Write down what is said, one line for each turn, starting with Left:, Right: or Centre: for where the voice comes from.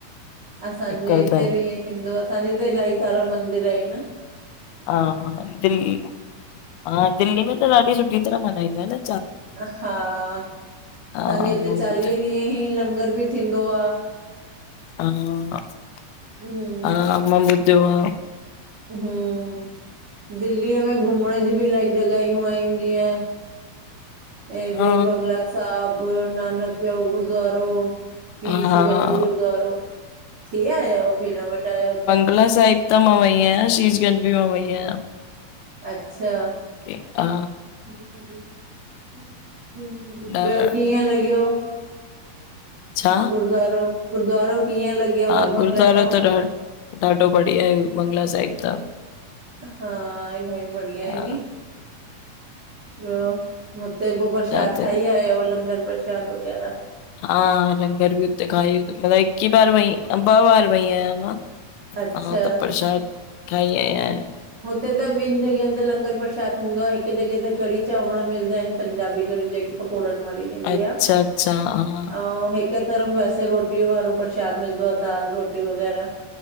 Right: असांजे
Left: कंदा
Right: इते
Left: आहिनि
Right: भी इंऐ। थींदो आ। असांजे इते इलाही सारा मंदिर इन।
Left: हा हा दिल्ली हा दिल्ली में त ॾाढी सुठी तरह मनाइंदा इन
Right: अ हा असांजे
Left: हा
Right: इते
Left: मां
Right: चालीह
Left: ॿुध
Right: ॾींहं ई लंगर भी थींदो आ।
Left: <unintelligible>
Right: हम्म
Left: आ मां ॿुधियो आ।
Right: हिम दिल्लीअ में घुमण जी बि इलाही जॻहियूं आहिनि जीअं। ऐंॾे
Left: हा
Right: बंगला साहब नानक देव यो गुरद्वारो। फीशगंज
Left: हा
Right: गुरद्वारो थी आयव भेण वट आयव त।
Left: पला साइब त मां वई आहियां शीजगंज बि मां वई आहियां।
Right: अच्छा।
Left: इ आ
Right: <unintelligible> ॿियो
Left: न
Right: कीअं लॻियो।
Left: छा
Right: गुरुद्वारो गुरुद्वारो कीअं लॻयव
Left: हा
Right: बंगला
Left: गुरुद्वारो
Right: साब।
Left: त ॾा ॾाढो बढ़िया ऐं, बंगला साहिब त।
Right: हा इलाही बढ़िया ऐ
Left: हा
Right: वी। ॿियो हुते पो प्रसाद
Left: छा थियो
Right: खाई आयव लंगर प्रसाद वग़ैरह।
Left: हा लंगर बि उते खाई अलाए कि बार वई अंबा वार वई आहियां मां।
Right: अच्छा
Left: हा त प्रसाद खाई आई आयां।
Right: हुते त ॿिनि जॻहिन ते लंगर प्रसाद थींदो आहे हिकु जॻह ते कढ़ी चांवर मिलदा आहिनि पंजाबी कढी जे पकोड़न वारी थींदी
Left: अच्छा
Right: आ,
Left: अच्छा हा
Right: अऊं हिक तरफ़ वैसे रोटी वारो प्रसाद मिलदो आ दाल रोटी वगैरह।